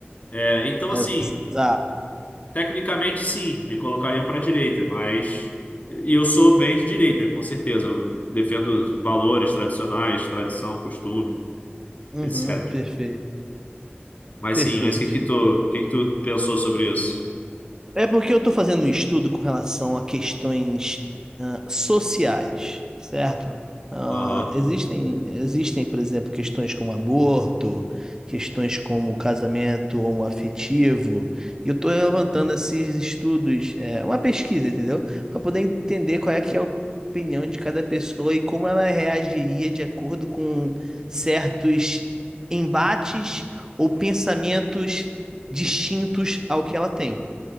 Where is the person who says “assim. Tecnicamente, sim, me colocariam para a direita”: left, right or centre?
Left